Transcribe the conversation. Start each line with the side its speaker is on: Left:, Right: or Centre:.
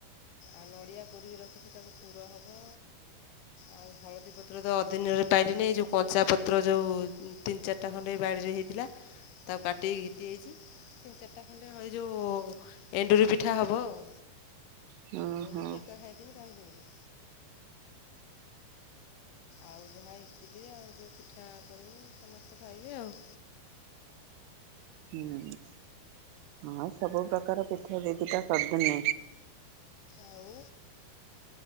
Left: ଆଉ ନଡ଼ିଆ କୋରିକୀ ରଖିଚି ତାକୁ ପୁର ହବ। ଆଉ ହଳଦୀ ପତ୍ର ତ ଅଦିନରେ ପାଇଲିନି ଏ ଯୋଉ କଞ୍ଚା ପତ୍ର ଯୋଉ ତିନି ଚାରିଟା ଖଣ୍ଡେ ଏଇ ବାଡ଼ିରେ ହେଇଥିଲା। ତାକୁ କାଟିକି ଘିତି ଆଇଚି। ତିନି ଚାରିଟା ଖଣ୍ଡେ ଏଇ ଯୋଉ ଏଣ୍ଡୁରି ପିଠା ହବ ଆଉ।
Right: ହଁ
Left: ମୁଁ
Right: ହଁ।
Left: କିନ୍ତୁ ଏକା ଖାଇଦେବି କାହାକୁ ଦେମିନି। ଆଉ ଯାହା ଇଟିଲି ଆଉ ଯେଉଁ ପିଠା କରିବି ସମସ୍ତେ ଖାଇବେ ଆଉ।
Right: ହୁଁ। ଆଉ ସବୁ ପ୍ରକାର ପିଠା ଦି ଦିଟା କରିଦେନି।
Left: ଆଉ